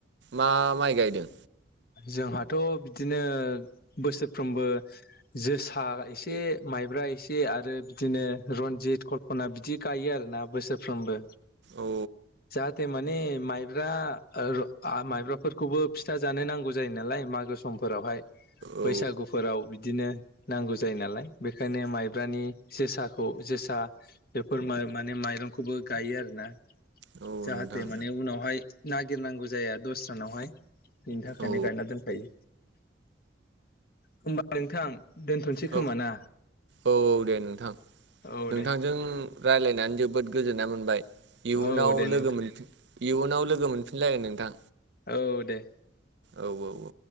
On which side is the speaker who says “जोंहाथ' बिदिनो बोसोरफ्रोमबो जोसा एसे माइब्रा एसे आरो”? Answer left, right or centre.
Left